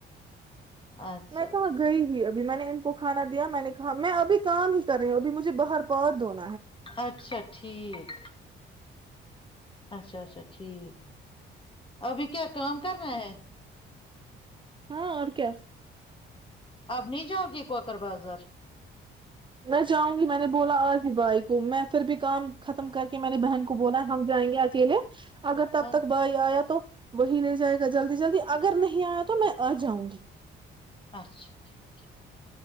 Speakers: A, on the left; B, on the right.
A: اچھا
B: میں کہ وہاں
A: ٹھیک
B: گئی ہو ا ابھی میں نے ان کو کھانا دیا میں نے کہا میں اب کام ہی کر رہی ہوں اب مجھے باہر پہ دون
A: اچھا ٹھیک اچھا اچھا ٹھیک ابھی کیا کام کرناا ہے
B: ہاں اور کیا
A: اب نہیں جاؤ گی کوکر بازار
B: میں چاہوں گی میں نے بولا آج ہی بھائی کو میں پھر بھی کام ختم کر کے م نے بہن کو بولا ہم جائیں گے اکیلے اگر تب
A: ہاں
B: تک بھائی آیا تو وہی ل جائے گا جلدی جلدی اگر نہیں آیا تو میں آ جاؤں گی
A: اچھا ٹھیک ہے